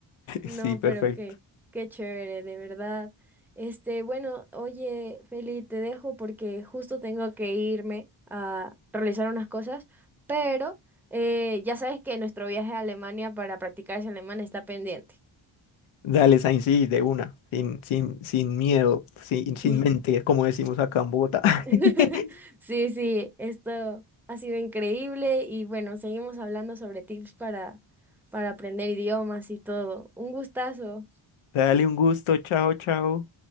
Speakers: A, in the centre; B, on the left.
A: No,
B: Sí, perfecto.
A: pero qué, qué chévere, de verdad. Este, bueno, oye, Feli, te dejo porque justo tengo que irme a realizar unas cosas, pero eh, ya sabes que nuestro viaje a Alemania para practicar ese alemán está pendiente.
B: Dale, Sainz, sí, de una, sin, sin, sin miedo, sin, sin
A: Sí.
B: mente, como decimos acá en Bogotá. <laughs>
A: <laughs> Sí, sí, esto ha sido increíble y bueno, seguimos hablando sobre tips para, para aprender idiomas y todo. Un gustazo.
B: Dale un gusto, chao, chao.